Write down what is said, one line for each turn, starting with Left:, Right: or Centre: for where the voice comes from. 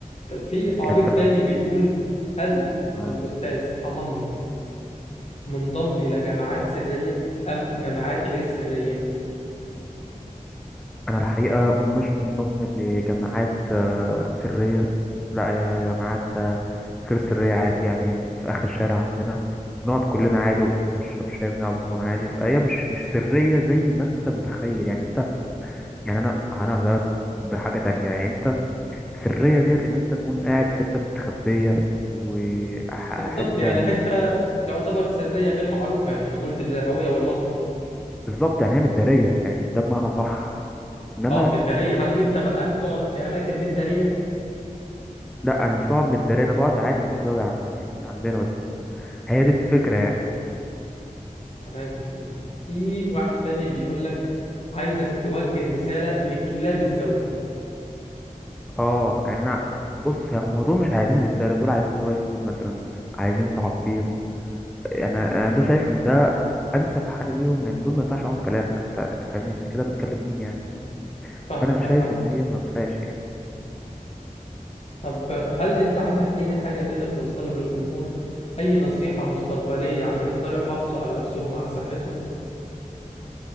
Left: طيب في تعليق
Centre: يعني
Left: تاني بيقول هل
Centre: انت
Left: الاستاذ حماني منضم الى جماعات سريه ام جماعات غير سريه
Centre: أنا الحقيقة مش منضم لجماعات آه، سرية لا يا جماعات آه، غير سرية عادي يعني في آخر الشارع عندنا بنقعد كلنا عادي وبنشرب شاي وبنلعب دومنا عادي فهي مش مش سرية زي ما أنت متخيل يعني أنت يعني أنا أنا هقولك بحاجة تانية يعني أنت السرية ديت إن أنت تكون قاعد في حتة مستخبية وحتة
Left: بالظبط يعني
Centre: يعني
Left: حتى يعتبر سريه غير معروفه يعني مجهوله الهويه والمصدر
Centre: بالظبط يعني هي متدارية يعني ده بمعنى صح إنما
Left: اه مداريه
Centre: السر
Left: هل انت بقى تقعد في اماكن مداريه
Centre: لا أنا مش بقعد متدارية أنا بقعد عادي من الزاوية عند يعني من عندنا بس هي دي الفكرة يعني
Left: تمام تمام في واحد تاني بيقول لك عايزك توجه رسالة لكلاب الزاوية
Centre: اه يعني انا بص هم دول مش عايزين رسالة دول عايزين دراي فود مثلا عايزين تعقيم يعني انا ده شايف ان ده انسب حل ليهم لان دول ما ينفعش معاهم كلام انت انت فاهمني انت كده بتكلم مين يعني
Left: فاهمك
Centre: فانا شايف
Left: أنا فاهمك
Centre: ان هي ما فيهاش يعني
Left: طب هل أنت عندك أي حاجة تقدر توصلها للجمهور أي نصيحة مستقبلية عشان يقدروا يحافظوا على نفسهم على صحتهم